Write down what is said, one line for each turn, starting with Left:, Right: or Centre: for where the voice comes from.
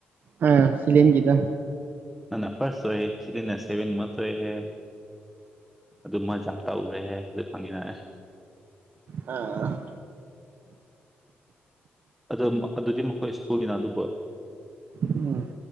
Right: ꯑ ꯁꯤꯂꯦꯟꯒꯤꯗꫭ
Centre: ꯅ ꯅ ꯐꯥꯁ ꯑꯣꯏꯦ ꯁꯤ ꯁꯦꯚꯦꯟ ꯃꯟꯊ ꯑꯣꯏꯍꯦ ꯑꯗꯨ ꯃꯁ ꯌꯥꯝ ꯇꯧꯈ꯭ꯔꯦꯍꯦ ꯑꯗꯨ ꯈꯪꯉꯤꯅ
Right: ꯑ
Centre: ꯑꯗꯣ ꯑꯗꯨꯗꯤ ꯃꯈꯣꯏ ꯁ꯭ꯀꯨꯜꯒꯤꯅ ꯑꯗꯨꯕꯨ
Right: ꯎꯝ